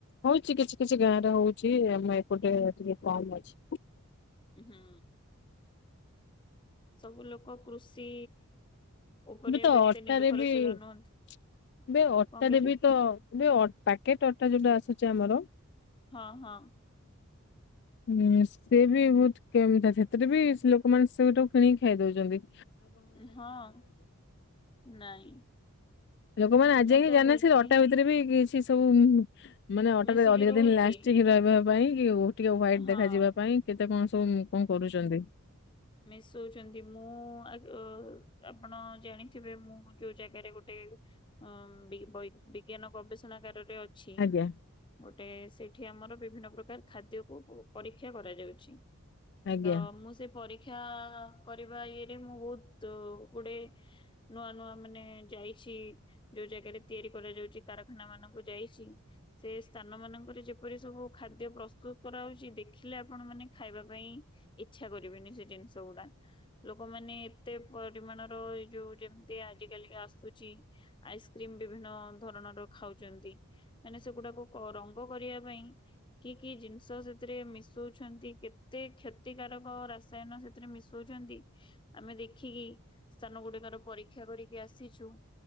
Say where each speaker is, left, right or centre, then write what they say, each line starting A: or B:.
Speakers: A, on the left; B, on the left.
A: ହଉଛି କିଛି କିଛି ଗାଁ ରେ ହଉଛି ଆମ ଏପଟେ ଟିକେ କମ୍ ଅଛି।
B: ହଁ। ସବୁ ଲୋକ କୃଷି ଉପରେ
A: ଏବେ ତ ଅଟାରେ
B: ଏତେ ନିର୍ଭରଶୀଳ
A: ବି ଏବେ
B: ନୁହନ୍ତି
A: ଅଟାରେ
B: କଣ କହିଲେ?
A: ବି ତ ଏବେ ଅଟ ପ୍ୟାକେଟ୍ ଅଟା ଯୋଉଟା ଆସୁଛି ଆମର
B: ହଁ ହଁ।
A: ହୁଁ ସେ ବି ବହୁତ କେମ ସେଥିରେ ବି ଲୋକମାନେ ସେଟାକୁ କିଣିକି ଖାଇଦଉଛନ୍ତି।
B: ହଁ ନାଇଁ।
A: ଲୋକମାନେ ଆଜିଯାଏ
B: ମୁଁ ତ
A: ଜାଣିନାହାନ୍ତି
B: କହୁଛି
A: ସେ ଅଟା ଭିତରେ ବି କିଛି ସବୁ ମାନେ ଅଟାରେ
B: ମିଶିକି
A: ଅଧିକ
B: ରହୁଛି
A: ଦିନ ଲାଷ୍ଟିଙ୍ଗ ରହିବା ପାଇଁ କି ଟିକେ ହ୍ୱାଇଟ
B: ହଁ।
A: ଦେଖାଯିବା ପାଇଁ କେତେ କଣ ସବୁ କଣ କରୁଛନ୍ତି?
B: ମିଶଉଛନ୍ତି ମୁଁ ଆଗ ଆପଣ ଜାଣିଥିବେ ମୁଁ ଯୋଉ ଜାଗାରେ ଗୋଟେ ହଁ ବି ବୈ ବିଜ୍ଞାନ ଗବେଷଣାଗାରରେ ଅ ଅଛି।
A: ଆଜ୍ଞା
B: ଗୋଟେ ସେଇଠି ଆମର ବିଭିନ୍ନ ପ୍ରକାର ଖାଦ୍ୟକୁ ପରୀକ୍ଷା କରାଯାଉଛି।
A: ଆଜ୍ଞା
B: ତ ମୁଁ ସେ ପରୀକ୍ଷା କରିବା ଇଏରେ ମୁଁ ବହୁତ ଗୁଡ଼େ ନୂଆ ନୂଆ ମାନେ ଯାଇଛି ଯୋଉ ଜାଗାରେ ତିଆରି କରାଯାଉଛି କାରଖାନା ମାନଙ୍କୁ ଯାଇଛି। ସେ ସ୍ଥାନ ମାନଙ୍କରେ ଯେପରି ସବୁ ଖାଦ୍ୟ ପ୍ରସ୍ତୁତ କରାହଉଛି ଦେଖିଲେ ଆପଣ ମାନେ ଖାଇବା ପାଇଁ ଇଚ୍ଛା କରିବେନି ସେ ଜିନିଷ ଗୁଡା। ଲୋକମାନେ ଏତେ ପରିମାଣର ଏଇ ଯୋଉ ଯେମିତି ଆଜି କାଲିକା ଆସୁଛି ଆଇସ୍କ୍ରିମ ବିଭିନ୍ନ ଧରଣର ଖାଉଛନ୍ତି। ମାନେ ସେଗୁଡାକୁ ରଙ୍ଗ କରିବା ପାଇଁ କି କି ଜିନିଷ ସେଥିରେ ମିଶଉଛନ୍ତି କେତେ କ୍ଷତିକାରକ ରା- ରସାୟନ ସେଥିରେ ମିଶଉଛନ୍ତି ଆମେ ଦେଖିକି ସ୍ଥାନ ଗୁଡିକର ପରୀକ୍ଷା କରିକି ଆସିଛୁ।